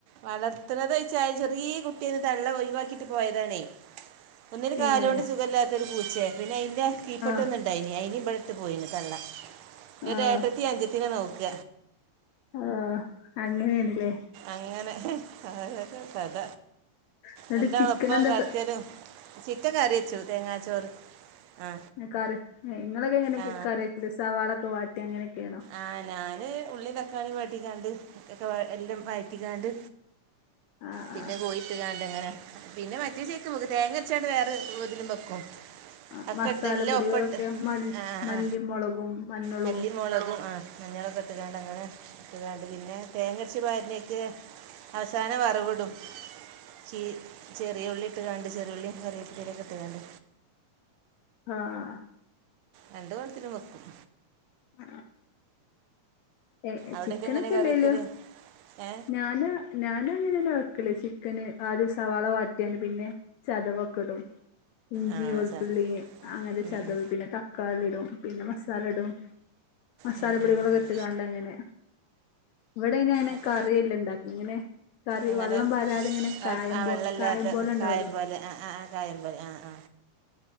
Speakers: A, on the right (about 70°); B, on the left (about 80°).
A: വളർത്ത്ണതോയ്ച്ച ചെറീ കുട്ട്യാന്ന് തള്ള ഒഴിവാക്കിട്ട് പോയതാണേയ് ഒന്നൊരു കാലോണ്ട്
B: ഏഹ്
A: സുഖല്ലാത്തൊരു പൂച്ചേ പിന്നെ അയ്ന്റെ കീപ്പെട്ടൊന്നുണ്ട്
B: ആഹ്
A: ണ്ടായിനി അയിനി ഇബടെട്ട് പോയിനി തള്ള ന്നിട്ട്
B: ആഹ്
A: ഏട്ടത്തി അഞ്ചത്തിനെ നോക്ക
B: ആഹ് അങ്ങനേണ്ല്ലേ
A: അങ്ങനെ ഓരോരോ കഥ
B: എന്നിട്ട്
A: രണ്ടാളും
B: ചിക്കൻ
A: ഒപ്പം
B: എന്തൊക്കെ
A: കട്ക്കലും ചിക്കൻ കറിയെച്ചു തേങ്ങാച്ചോറ് ആ
B: ങ്ങകാറ് ഇങ്ങളൊക്കെ എങ്ങനെ
A: ആ
B: കറിക്കല് സവാളൊക്കെ വാട്ടി അങ്ങനെക്കേണോ
A: ആഹ് ഞാന് ഉള്ളീം തക്കാളീം വാട്ടിക്കാണ്ട് ഒക്കെ എല്ലാം വഴറ്റിക്കാണ്ട്
B: ആഹ്
A: പിന്നെ
B: ആഹ്
A: പോയിട്ട് കാണ്ട് അങ്ങനെ പിന്നെ മറ്റേ ചേക്കും വെക്കും തേങ്ങര്ച്ചാണ്ട് വേറെ ഇതിലും വെക്കും
B: ആഹ്
A: ഒക്കെ
B: മസാലപ്പൊടികളൊക്കെ
A: ഇട്ട് എല്ലാം ഒപ്പം ഇട്ട്
B: മൽ
A: ആ ആ,
B: മല്ലിം
A: ആ
B: മൊളകും മഞ്ഞളോ
A: മല്ലി മുളകും ആഹ് മഞ്ഞളൊക്കെ ഇട്ടുകാണ്ട് അങ്ങനെ ഇട്ടുകാണ്ട് പിന്നെ തേങ്ങരച്ചി പാര്നേക്ക് അവസാനം വറവിടും ചീ ചെറിയ ഉള്ളി ഇട്ട്കാണ്ട് ചെറിയ ഉള്ളി കറിവേപ്പീട്ടലക്കോ ഇട്ട്കാണ്ട്
B: ആഹ
A: രണ്ട് കോലത്തിലു വെക്കും
B: ആ് ഏ
A: അവിടെയൊക്കെ
B: ചിക്കനൊക്കെല്ലേല്ലോ
A: എങ്ങനെ കറി വെക്കല് ഏ
B: ഞാന് ഞാന അങ്ങനെന്ന വെക്കല് ചിക്കന് ആദ്യ സവാള വാറ്റിയാണ്ട് പിന്നെ ചതവൊക്കെടും ഇഞ്ചി
A: ആ
B: വെളുത്തുള്ളി
A: സാ
B: അങ്ങനെ
A: ഉം,
B: ചതവ്
A: ഉം,
B: പിന്നെ തക്കാളിടും പിന്നെ മസാലടും മസാലപ്പൊടികളൊക്കെ
A: ഉം, ഉം, ഉം.
B: ഇട്ട്കാണ്ട് അങ്ങനെ ഇവടെ അയിനുഅങ്ങനെ
A: ഒക്കെ.
B: കറിയെല്ലാണ്ടാക്ക ഇങ്ങനെ കറി
A: അങ്ങനെ
B: വെള്ളം പാരാതേ ഇങ്ങനെ
A: വെ-
B: കായം
A: ആ
B: പോ
A: വെള്ളമില്ലാത്ത
B: കായം പോലെ ണ്ടാവുലേആഹ
A: കായം പോലെ ആ ആ ആ കായം പോലെ ആ ആ